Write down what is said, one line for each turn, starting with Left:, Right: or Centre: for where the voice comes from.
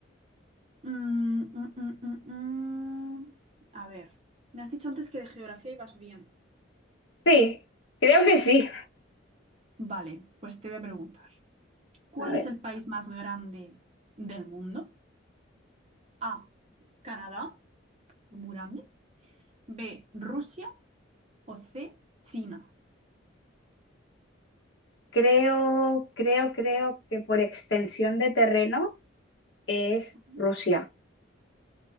Right: Mm, mm, mm, mm, mm. A ver, me has dicho antes que de geografía ibas bien.
Left: Sí, creo que sí.
Right: Vale, pues te voy a preguntar. ¿Cuál
Left: A ver,
Right: es el país más grande del mundo? A, Canadá. muy grande. B, Rusia o C, China.
Left: creo, creo, creo que por extensión de terreno es
Right: Uh-huh.
Left: Rusia.